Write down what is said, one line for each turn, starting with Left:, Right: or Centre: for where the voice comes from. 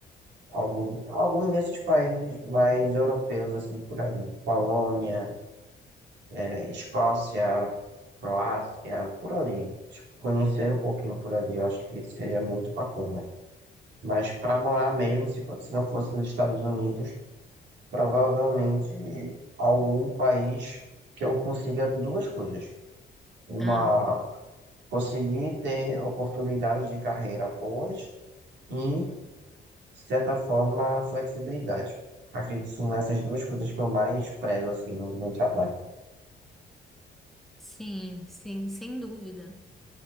Right: algum, alguns desses países mais europeus, assim, por ali. Polônia. é, Escócia, Croácia, por ali. Tipo, conhecer um pouquinho por ali, eu acho que seria muito bacana. Mas para morar mesmo, se fo- se não fosse nos Estados Unidos, provavelmente algum país que eu consiga duas coisas. Uma,
Centre: ah,
Right: conseguir ter oportunidades de carreira boas e, de certa forma, flexibilidade. Acredito que são essas duas coisas que eu mais prezo assim, no meu trabalho.
Centre: sim, sim, sem dúvida.